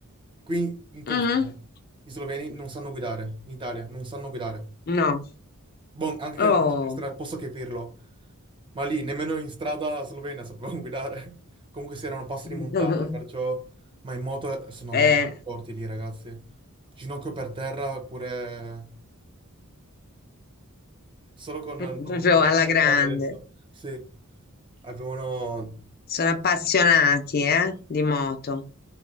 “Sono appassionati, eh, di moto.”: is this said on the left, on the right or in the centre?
Left